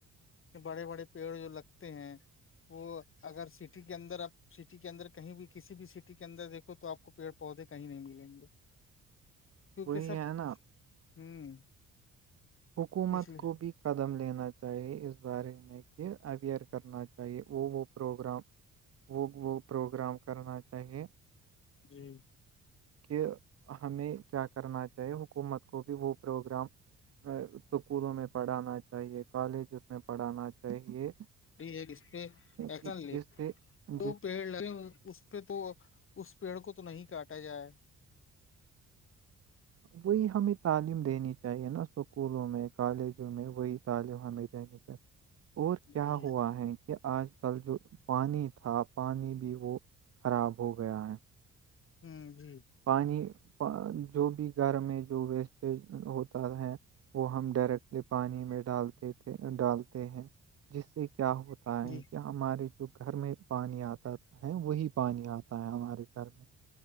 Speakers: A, on the left; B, on the right.
A: کہ بڑے بڑے پیڑ جو لگتے ہیں وہ اگر سٹی کے اندر اب سٹی کے اندر کہیں بھی کسی بھی سٹی کے اندر دیکھو تو آ کو پیڑ پودے کہیں نہیں ملیں گے کیونکہ
B: وہی
A: سب
B: ہے نا
A: ہوں
B: حکومت
A: اس لیے
B: کو بھی قدم لینا چاہیے اس بارے میں کہ اویئر کرنا چاہیے وہ وہ پروگرام وہ وہ پروگرام کرنا چاہیے
A: جی
B: کہ ہمیں کیا کرنا چاہیے حکومت کو بھی وہ پروگرام اسکولوں میں پڑھانا چاہیے کالجز میں پڑھانا چاہیے
A: ہے جس پہ ایکشن
B: کہ
A: لے
B: جس سے
A: دو
B: جس
A: پیڑ لگ اس پہ تو اس پیڑ کو تو نہیں کاٹا جائے
B: وہی ہمیں تعلیم دینی چاہیے نا اسکولوں میں کالجوں میں وہی تعلیم ہمیں دینی چاہیے اور
A: جی
B: کیا
A: جی
B: ہوا ہے کہ آج کل جو پانی تھا پانی بھی وہ خراب ہو گیا ہے
A: ہوں جی
B: پانی جو بھی گھر میں جو ویسٹیج ہوتا ہے وہ ہم ڈائریکٹلی پانی میں ڈالتے تھے ڈالتے ہیں جس سے کیا ہوتا ہے
A: جی
B: کہ ہمارے جو گھر میں پانی آتا ہے وہی پانی آتا ہے ہمارے گھر میں